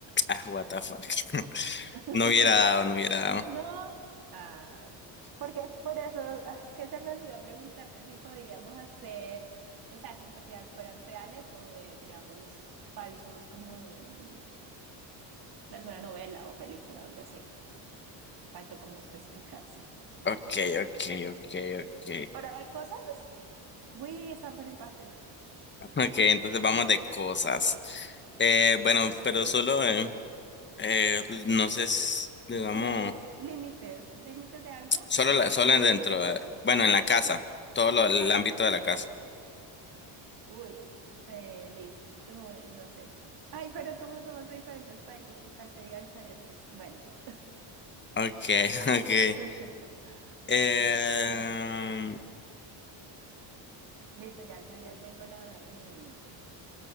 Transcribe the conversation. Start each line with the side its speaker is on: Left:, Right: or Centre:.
Left: Ah, what the fuck. <laughs>
Right: <laughs>
Left: No hubiera dado, no hubiera dado.
Right: No, ay, porque es por eso, ah, es que se me olvidó preguntarte si podíamos hacer, o sea, como que si fueran reales o de, digamos, falsos, como de alguna novela o película o algo así. Faltó como especificar, sí.
Left: Ok, ok,
Right: Este,
Left: ok, ok.
Right: ¿Hora de cosas? Uy, estamos en empate.
Left: Ok, entonces vamos de cosas. Eh, bueno, pero solo, en- eh, no sé, s- digamos,
Right: Pongamos <laughs> límites. ¿Límites de algo?
Left: solo, la, solo dentro, eh, bueno, en la casa, todo lo- el
Right: Ah,
Left: ámbito de la casa.
Right: uy, eh, Liz. Uy, no sé. Ay, pero como somos de diferentes países, ¿qué tal se diga diferente? Bueno, no.
Left: Ok, <laughs> ok.
Right: <laughs>
Left: Em,
Right: Mm, Listo, ya, yo ya tengo la, mi